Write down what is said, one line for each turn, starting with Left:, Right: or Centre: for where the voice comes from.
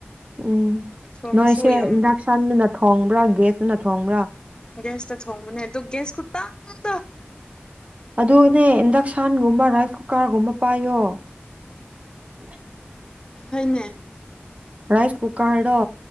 Right: ꯎꯝ
Left: ꯊꯣꯡꯉꯁꯨ
Right: ꯅꯣꯏꯁꯦ
Left: ꯌꯥꯝ
Right: ꯏꯟꯗꯁꯟꯅ ꯊꯣꯡꯕ꯭ꯔꯥ ꯒꯦꯁꯇꯅ ꯊꯣꯡꯕ꯭ꯔꯥ
Left: ꯦꯁꯇ ꯊꯣꯡꯕꯅꯦ ꯇ ꯒꯁ ꯈꯨꯠꯇꯗ
Right: ꯑꯗꯨꯅꯦ ꯏꯟꯗꯁꯥꯟꯒꯨꯝꯕꯥ ꯔ ꯀꯥꯔꯒꯨꯝꯕ ꯄꯥꯏꯌꯣ <unintelligible>
Left: ꯍꯅꯦ
Right: ꯔꯥꯏꯁ ꯀꯨꯀꯔꯗꯣ